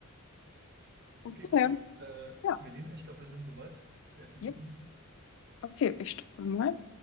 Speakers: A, on the left; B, on the right.
A: Okay,
B: Okay, cool. Äh,
A: ja.
B: Melina, ich glaube, wir sind soweit. Elf Minuten
A: Ja.
B: haben wir.
A: Okay, ich stoppe mal.